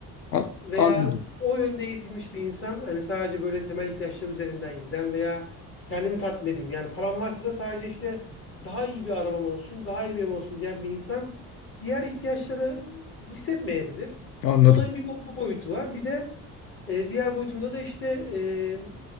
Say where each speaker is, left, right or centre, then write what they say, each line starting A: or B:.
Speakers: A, on the left; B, on the left.
A: A-
B: veya
A: Anladım.
B: o yönde eğitilmiş bir insan hani sadece böyle temel ihtiyaçlar üzerinden giden veya kendimi tatmin edeyim. Yani param varsa da sadece işte daha iyi bir arabam olsun, daha iyi bir evim olsun diyen bir insan diğer ihtiyaçları hissetmeyebilir.
A: Anladım.
B: Bir olayın bir bu, bu boyutu var. Bir de e, diğer boyutunda da işte e,